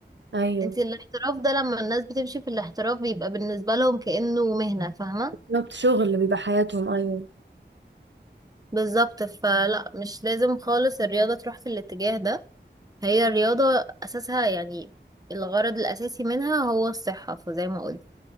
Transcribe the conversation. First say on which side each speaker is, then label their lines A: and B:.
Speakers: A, on the right; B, on the right.
A: ايوه
B: انت الاحتراف ده لما الناس بتمشي في الاحتراف بيبقى بالنسبة لهم كأنه مهنة فاهمة
A: بالظبط شغل اللي بيبقى حياتهم ايوه
B: بالظبط فلا مش لازم خالص الرياضة تروح في الاتجاه ده هي الرياضة أساسها يعني الغرض الأساسي منها هو الصحة فزي ما قلت